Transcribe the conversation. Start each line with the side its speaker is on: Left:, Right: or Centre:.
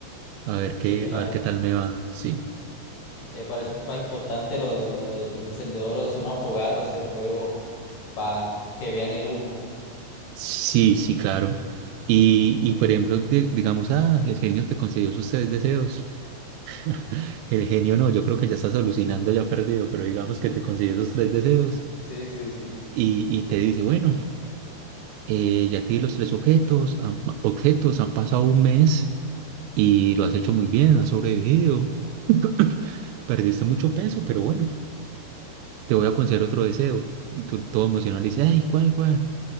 Right: A ver
Left: Sí,
Right: qué,
Left: claro.
Right: a ver qué tal me va. Sí,
Left: Eh, para eso es más importante lo, de, lo del encendedor, o hacer una fogata, hacer fuego, para que vean el humo.
Right: sí, sí, claro. Y, y por ejemplo, di- digamos, ah, el genio te concedió sus tres deseos. <laughs> El genio no, yo creo que ya estás alucinando, ya perdido, pero digamos que te concedió esos tres deseos
Left: Sí, sí, sí.
Right: y, y te dice, bueno, eh, ya te di los tres objetos, han, pa- objetos, han pasado un mes y lo has hecho muy bien, has sobrevivido, <clears throat> perdiste mucho peso, pero bueno. te voy a conceder otro deseo. Y tú todo emocionado le dices, ay, ¿cuál, cuál?